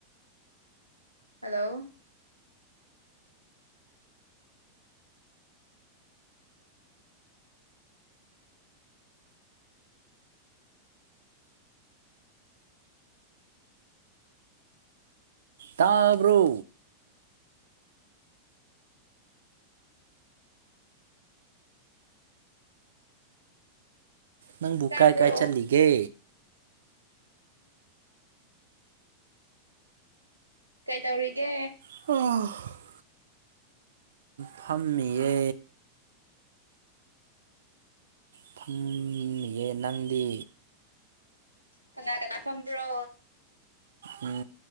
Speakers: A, on the right (about 80°); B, on the right (about 65°).
A: ꯍꯂꯣ
B: ꯇꯥꯕ꯭ꯔꯣ ꯅꯪꯕꯨ
A: ꯇꯥꯕ꯭ꯔꯣ
B: ꯀꯥꯏ ꯀꯥꯏ ꯆꯠꯂꯤꯒꯦ
A: ꯀꯩꯗꯧꯔꯤꯒꯦ
B: <unintelligible> ꯐꯝꯃꯤꯌꯦ ꯐꯝꯃꯤ <unintelligible> ꯑ‌ꯦ ꯅꯪꯗꯤ
A: ꯀꯅꯥ ꯀꯅꯥ ꯐꯝꯕ꯭ꯔꯣ
B: ꯎꯝ